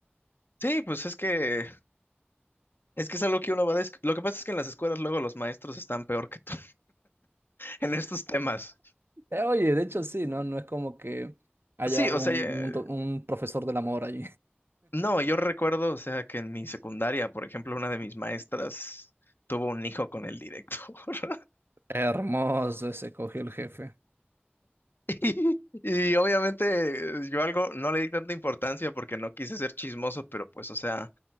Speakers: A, on the left; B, on the right.
A: Sí, pues es que es que es algo que uno va a... desc- Lo que pasa es que en las escuelas luego los maestros están peor que tú. en estos temas.
B: Eh, oye, de hecho sí, ¿no? No es como que haya
A: Sí, o
B: un,
A: sea, eh,
B: un do- un profesor del amor ahí. <laughs>
A: no, yo recuerdo, o sea, que en mi secundaria, por ejemplo, una de mis maestras tuvo un hijo con el directo. <laughs>
B: Hermoso ese cogió el jefe.
A: Y, y obviamente eh, yo algo no le di tanta importancia porque no quise ser chismoso, pero pues, o sea,